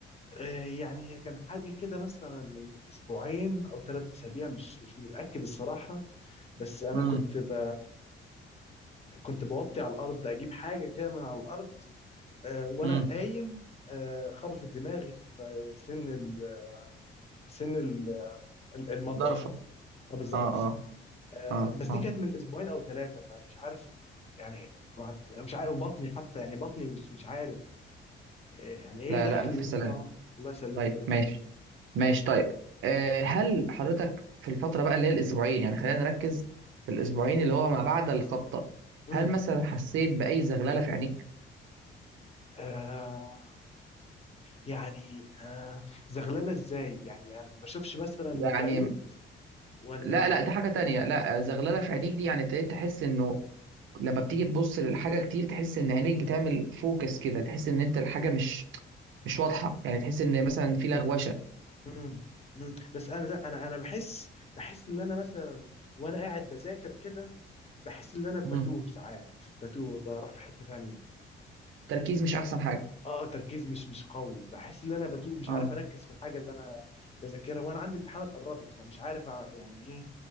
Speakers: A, on the left; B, on the right.
A: آه، يعني هي كان حاجه كده مثلا من اسبوعين او ثلاث اسابيع مش مش متاكد الصراحه بس انا
B: امم
A: كنت ب... كنت بوطي على الارض اجيب حاجه كده من على الارض آه، وانا
B: امم
A: قايم آه، خبطت دماغي في سن ال- آه، سن ال- المطبخ
B: ضرفة
A: اه بالظبط
B: اه اه
A: آه،
B: اه
A: بس دي
B: اه
A: كانت من اسبوعين او ثلاثه فمش عارف يعني مش عارف بطني حتى يعني بطني مش مش عارف آه، يعني ايه
B: لا
A: دخل
B: لا ألف سلامة
A: اه الله يسلمك
B: طيب
A: يا دكتور
B: ماشي ماشي طيب أه هل حضرتك في الفترة بقى اللي هي الأسبوعين يعني خلينا نركز في الأسبوعين
A: مم.
B: اللي هو ما بعد الخبطة
A: مم.
B: هل مثلا حسيت بأي زغللة في عينيك؟
A: آه يعني آه زغلله ازاي يعني انا ما بشوفش مثلا من
B: يعني
A: بعيد ولا
B: لا لا دي حاجة تانية لا زغللة في عينيك دي يعني ابتديت تحس إنه لما بتيجي تبص للحاجة كتير تحس إن عينيك بتعمل فوكس كده تحس إن أنت الحاجة مش مش واضحة يعني تحس إن مثلا في لغوشة
A: امم امم بس انا لا انا انا بحس بحس ان انا مثلا وانا قاعد بذاكر كده بحس ان انا بتوه
B: مم.
A: ساعات بتوه بروح في حتة تانية
B: تركيز مش أحسن حاجة
A: اه تركيز مش مش قوي بحس ان انا بتوه مش
B: اه
A: عارف اركز في الحاجة اللي انا بذاكرها وانا عندي امتحانات قربت فمش عارف ع- يعني ايه